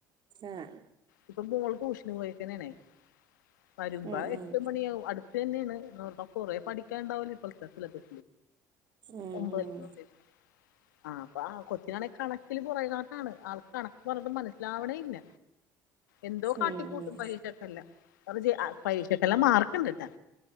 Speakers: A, on the right (about 50°); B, on the left (about 80°).
A: ആഹ്
B: ഇപ്പൊ മോൾ ട്യൂഷൻ പോയിക്കാണെന്നെ ആണ് വരുമ്പോ
A: ഉം ഉം
B: എട്ട് മണി ആവും അടുത്ത് തന്നെ ആണ് കൊറെ പഠിക്കാൻ ഉണ്ടാവല്ലോ ഇപ്പോഴത്തെ പിള്ളേർക്ക്
A: ഉം
B: ഒമ്പതിൽ
A: ഉം
B: അല്ലേ ആഹ് കൊച്ചിനാണെകിൽ കണക്കിൽ പുറകോട്ട് ആണ് അവൾക്ക് കണക്ക് അങ്ങട്ട് മനസ്സി ലാവിണില്ല എന്തോ കാട്ടി
A: ഉം
B: ക്കൂട്ടും
A: ഉം
B: പരീ ക്ഷക്കെല്ലാം പരീക്ഷക്കെല്ലാം മാർക്ക് ഉണ്ട് ട്ടാ